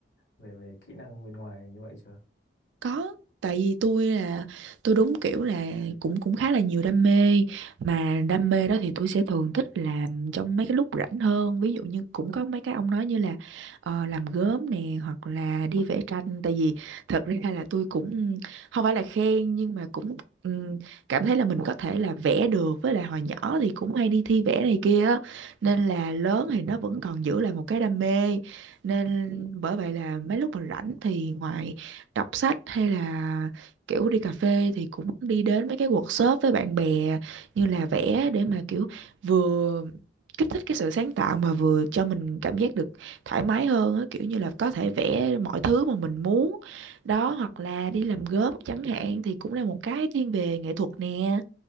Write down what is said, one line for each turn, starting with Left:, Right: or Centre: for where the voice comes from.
Left: về về kỹ năng bên ngoài như vậy chưa?
Right: Có, tại vì tôi là tôi đúng kiểu là cũng cũng khá là nhiều đam mê mà đam mê đó thì tôi sẽ thường thích làm trong mấy cái lúc rảnh hơn ví dụ như cũng có mấy cái ông nói như là ờ, làm gốm nè hoặc là đi vẽ tranh tại vì thật ra là tôi cũng không phải là khen nhưng mà cũng ừm, cảm thấy là mình có thể là vẽ được với lại hồi nhỏ thì cũng hay đi thi vẽ này kia á. nên là lớn thì nó vẫn còn giữ lại một cái đam mê nên bởi vậy là mấy lúc mà rảnh thì ngoài đọc sách hay là kiểu đi cà phê thì cũng đi đến mấy cái workshop với bạn bè như là vẽ để mà kiểu vừa kích thích cái sự sáng tạo mà vừa cho mình cảm giác được thoải mái hơn á kiểu như là có thể vẽ mọi thứ mà mình muốn đó hoặc là đi làm gốm chẳng hạn thì cũng là một cái thiên về nghệ thuật nè